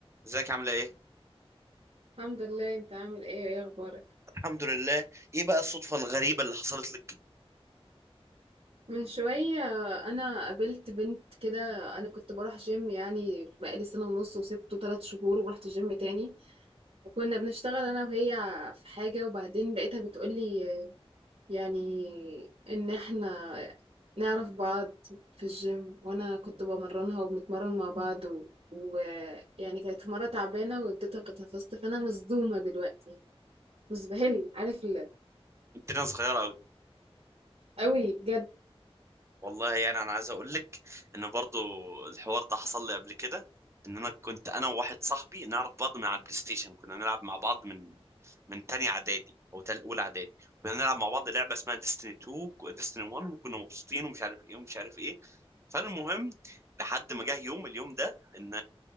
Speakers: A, on the right (about 25°); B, on the right (about 65°).
A: ازيك عامله ايه
B: الحمد لله انت عامل ايه ايه اخبارك
A: الحمد لله ايه بقى الصدفه الغريبه اللي حصلت لك
B: من شوية انا قابلت بنت كده انا كنت بروح جيم يعني بقالي سنة ونص وسبته ثلاث شهور ورحت جيم تاني وكنا بنشتغل انا وهي في حاجة وبعدين لقيتها بتقولي يعني ان احنا نعرف بعض في الجيم وانا كنت بمرنها وبنتمرن مع بعض و- ويعني كانت في مرة تعبانة واديتها كتفست فانا مصدومة دلوقتي مزبهل عارف ال-
A: الدنيا صغيره قوي
B: قوي بجد
A: والله يعني انا عايز اقول لك ان برضو الحوار ده حصل لي قبل كده ان انا كنت انا وواحد صاحبي نعرف بعض من على البلاي ستيشن كنا نلعب مع بعض من من تاني اعدادي او تل اولى اعدادي كنا نلعب مع بعض لعبه اسمها ديستني 2 وديستني 1 وكنا مبسوطين ومش عارف ايه ومش عارف ايه فالمهم لحد ما جه يوم اليوم ده ان